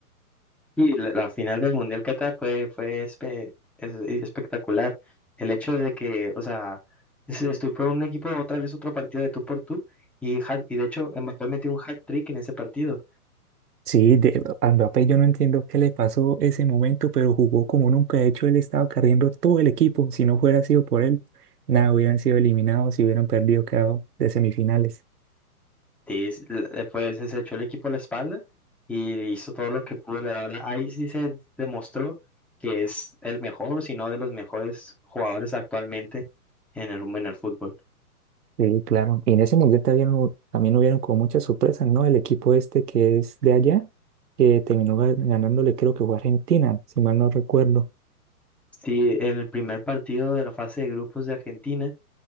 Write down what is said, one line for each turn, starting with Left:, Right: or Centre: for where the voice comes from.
Centre: Y la, la final del Mundial Qatar fue, fue espe- es- espectacular. El hecho de que, o sea, se fue un equipo otra vez otro partido de tú por tú y, ha- y de hecho Mbappé metió un hat-trick en ese partido.
Right: Sí, de, a Mbappé yo no entiendo qué le pasó ese momento, pero jugó como nunca. De hecho, él estaba carriendo todo el equipo. Si no hubiera sido por él, nada, hubieran sido eliminados y hubieran perdido, quedado de semifinales.
Centre: Sí, s- l- después se echó el equipo a la espalda y hizo todo lo que pudo. La verdad, ahí sí se demostró que es el mejor, si no de los mejores jugadores actualmente en el, en el fútbol.
Right: Sí, claro. Y en ese mundial también, hu- también hubieron como muchas sorpresas, ¿no? El equipo este que es de allá, que terminó ga- ganándole, creo que fue Argentina, si mal no recuerdo.
Centre: Sí, en el primer partido de la fase de grupos de Argentina